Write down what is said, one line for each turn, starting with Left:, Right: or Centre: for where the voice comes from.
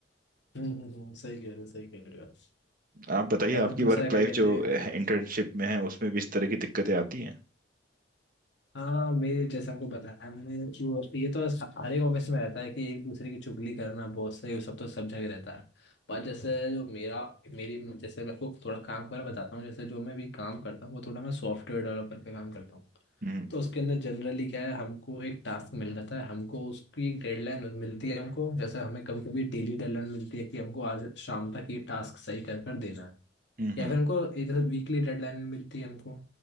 Left: हम्म हम्म हम्म, सही कह रहे हो सही कह रहे हो
Right: आप बताइए
Left: और
Right: आपकी
Left: दूसरा
Right: वर्क
Left: क्या
Right: लाइफ
Left: कहते
Right: जो
Left: हैं
Right: इंटर्नशिप में है उसमें भी इस तरह की दिक्कतें आती हैं
Left: हाँ मेरे जैसे आपको बताया मैंने वो ये तो हर एक ऑफिस में रहता है कि एक दूसरे की चुगली करना बॉस से ये सब तो सब जगह रहता है पर जैसे जो मेरा मेरी जैसे मैं आपको थोड़ा काम के बारे में बताता हूँ जैसे जो मैं भी काम करता हूँ वो थोड़ा मैं सॉफ्टवेयर डेवलपर का काम करता हूँ
Right: हम्म
Left: तो उसके अंदर जनरली क्या है हमको एक टास्क मिल जाता है हमको उसकी एक डेडलाइन मिलती है हमको जैसे हमें कभी कभी डेली डेडलाइन मिलती है कि हमको आज शाम तक ये टास्क सही कर कर देना है
Right: हम्म
Left: या
Right: हम्म
Left: फिर हमको एक जैसे वीकली डेडलाइन मिलती है हमको